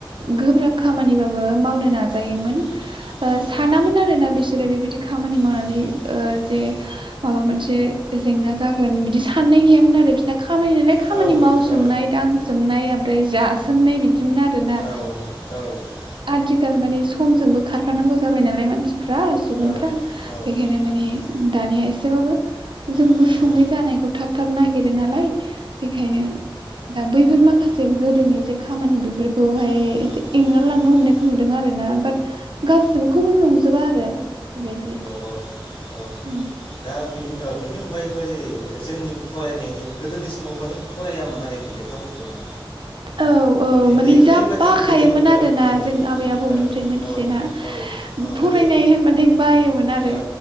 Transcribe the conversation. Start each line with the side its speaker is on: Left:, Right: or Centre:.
Right: गो ब्राब खामानिबाबो मावनो नाजायोमोन
Left: उम
Right: ओ
Left: उम
Right: सानामोन आरो ना बेसो फोर बेबायदि खामानि मावनानै
Left: उम
Right: ओ जे
Left: उम
Right: माबा मोनसे जेंना मोन बिदि साननाय गैयामोन आरो। बिसना खामानि नालाय खामानि
Left: औ
Right: मावसोमनाय
Left: औ
Right: दांसोमनाय ओमफ्राय जासोमनाय बिदिमोन आरो ना
Left: औ औ उम
Right: <unintelligible> आथिखाल मानि स समजोंबो खारफानांगौ जाबाय नालाय मानसिफ फ्रा सुबुंफ्रा
Left: औ औ उम
Right: बेखायनो माने
Left: उम उम
Right: दानिया एस एसेबाबो जों
Left: औ
Right: सुङै
Left: औ
Right: जानायखौ थाब थाब नायगिरो नालाय बेखायनो दा बैफोर माखासे गोदोनि जे खामानि बेफोरखौहाय
Left: औ
Right: एसे एंगारलांनो हमनायखौ नुदों आरो ना बाट गासिनिखोबो नंजोबा आरो बेबायदि।
Left: औ औ
Right: उम
Left: दा बेनि ओ बिनि अनगायैबो जेरै जोंनि फरायनायनि गोदोनि समाव बानि फरायामोन आरोखि लेखाफोरखौनो।
Right: औ औ माने
Left: ओरै ओरैबायदि
Right: जा बाखायोमोन
Left: गोदो ओ
Right: आरोना जों आबै आबौनिफ्राय
Left: ओ
Right: मोनथियोना
Left: ओ औ औ
Right: फरायनाय
Left: माने
Right: होनबाथाय बायोमोन आरो
Left: औ